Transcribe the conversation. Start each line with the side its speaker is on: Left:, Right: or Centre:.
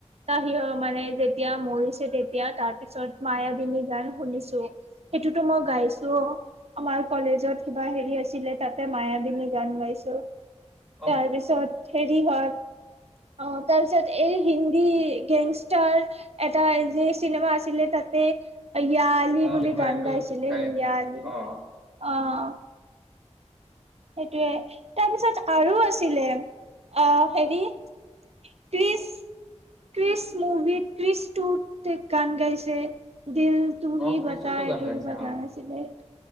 Right: ত সি মানে যেতিয়া মৰিছে তেতিয়া তাৰ তাৰপিছত মায়াবিনী গান শুনিছো সেইটোতো মই গাইছো অ' আমাৰ কলেজত কিবা হেৰি আছিলে তাতে মায়াবিনী গান গাইছো
Centre: অ'
Right: তাৰপিছত হেৰি হয়, অ তাৰপিছত এই হিন্দী গেংষ্টাৰ এটা যে চিনেমা আছিলে তাতে ইয়া আলি বুলি
Centre: কোনোবা
Right: গান
Centre: এইটো
Right: গাইছিলে
Centre: তাই
Right: ইয়া আলি,
Centre: অ'
Right: অঁ। সেইটোৱে, তাৰপিছত আৰু আছিলে, অহ হেৰি ক্ৰিচ <inaudible> ক্ৰিচ মুভিত ক্ৰিচ টুত গান গাইছে। দিল তুহি
Centre: অ' ক্ৰিছতো
Right: বাতা এইটো
Centre: গান গাইছে
Right: কিবা
Centre: অ'
Right: গান আছিলে